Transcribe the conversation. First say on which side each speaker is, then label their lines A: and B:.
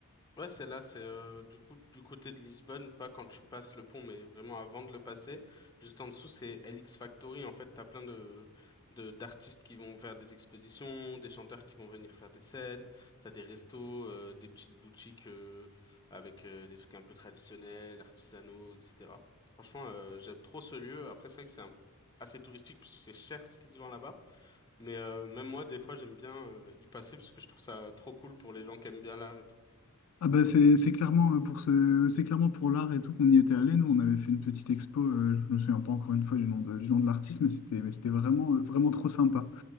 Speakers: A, on the left (about 20°); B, on the left (about 85°).
A: Ouais, c'est là, c'est euh, du coup du côté de Lisbonne, pas quand tu passes le pont, mais vraiment avant de le passer. Juste en dessous, c'est LX Factory. En fait, t'as plein de de d'artistes qui vont faire des expositions, des chanteurs qui vont venir faire des scènes. T'as des restos, euh, des petites boutiques euh, avec euh, des trucs un peu traditionnels, artisanaux, etc. Franchement, euh, j'aime trop ce lieu. Après, c'est vrai que c'est un- assez touristique parce que c'est cher ce qui se vend là-bas. Mais euh, même moi, des fois, j'aime bien euh, y passer parce que je trouve ça trop cool pour les gens qui aiment bien l'art et tout.
B: Ah bah c'est c'est clairement euh, pour ce, c'est clairement pour l'art et tout qu'on y était allé. Nous, on avait fait une petite expo. euh, je me souviens pas encore une fois du nom de, du nom de l'artiste, mais c'était, mais c'était vraiment, euh, vraiment trop sympa.